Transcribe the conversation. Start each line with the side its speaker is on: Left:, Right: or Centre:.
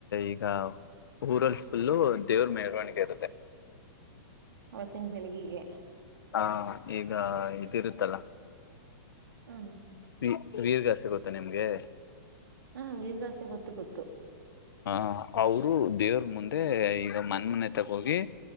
Left: ಈಗ ಊರಲ್ಲಿ ಫುಲ್ಲು ದೇವ್ರ ಮೆರವಣಿಗೆ ಇರುತ್ತೆ
Right: ಅವತ್ತಿನ ಬೆಳಿಗ್ಗೆ
Left: ಹಾ ಈಗ ಇದಿರುತ್ತಲ್ಲ
Right: ಹೂ
Left: ವಿ ವೀರ್ಗಸೇ ಗೊತ್ತಾ ನಿಮ್ಗೆ
Right: ಹಾ ವೀರ್ಗಾಸೆ ಗೊತ್ತು ಗೊತ್ತು
Left: ಹ ಅವರು ದೇವ್ರ ಮುಂದೆ ಈಗ ಮನ್ ಮನೆ ತಗೋಗಿ